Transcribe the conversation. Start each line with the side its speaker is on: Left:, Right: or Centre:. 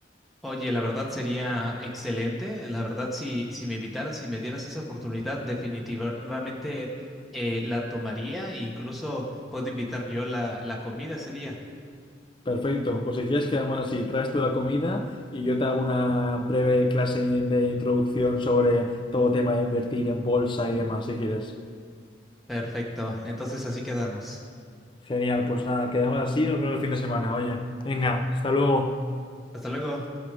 Centre: Oye, la verdad sería excelente. La verdad, si, si me invitaras, si me dieras esa oportunidad, definitivamente eh, la tomaría e incluso puedo invitar yo la, la comida ese día.
Left: Perfecto, pues si quieres quedamos así, traes tú la comida y yo te hago una breve clase de introducción sobre todo tema de invertir en bolsa y demás, si quieres.
Centre: Perfecto. Entonces así quedamos.
Left: Genial, pues nada, quedamos así, nos vemos el fin de semana. Oye, venga, hasta luego.
Centre: Hasta luego.